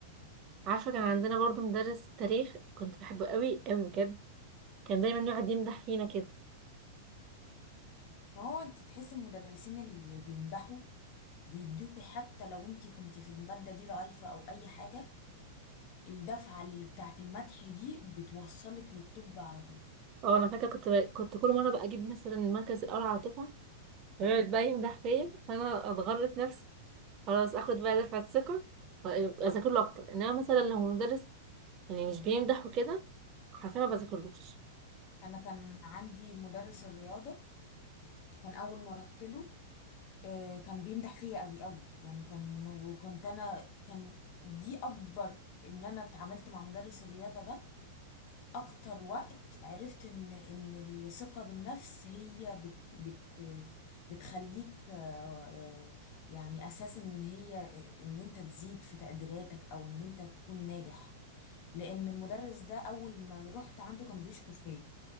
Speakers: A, on the right; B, on the left.
A: عارفه كان عندنا برضو مدرس تاريخ كنت بحبه قوي قوي بجد كان دايما يقعد يمدح فينا كده
B: ما هو انت تحس المدرسين اللي بيمدحوا بيدوكي حتى لو انت كنت في المادة دي ضعيفة او اي حاجة الدفعة اللي بتاعت المدح دي بتوصلك للطب على طول
A: اه انا فاكره كنت ب... كنت كل مره بقى اجيب مثلا المركز الاول على الدفعه فيقعد بقى يمدح فيا فانا اتغرف نفسي خلاص اخد بقى دفعه ثقه واذاكر له اكتر انما مثلا لو مدرس يعني مش بيمدح وكده حرفيا ما بذاكرلوش
B: انا كان عندي مدرس الرياضة كان اول ما رحت له آه، كان بيمدح فيا قوي قوي يعني كان وكنت انا كان دي اكبر ان انا اتعاملت مع مدرس الرياضة ده اكتر وقت عرفت ان ان الثقة بالنفس هي بت بت بتخليك آه، آه، يعني اساس ان هي ان انت تزيد في تقديراتك او ان انت تكون ناجح لان المدرس ده اول ما رحت عنده كان بيشكر فيا